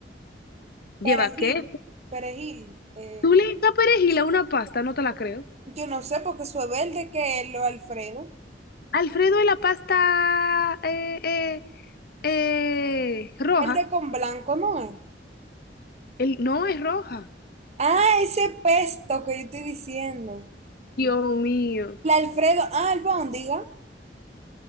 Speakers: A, on the left; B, on the right.
A: ¿Lleva
B: perejil,
A: qué?
B: perejil. eh,
A: ¿Tú le echas perejil a una pasta? No te la creo.
B: yo no sé porque eso es verde que es lo Alfredo.
A: Alfredo de la pasta eh, eh, eh, roja.
B: el de con blanco, ¿no es?
A: El, no es roja.
B: Ah, ese pesto que yo estoy diciendo.
A: Dios mío.
B: La Alfredo, ah, albóndiga.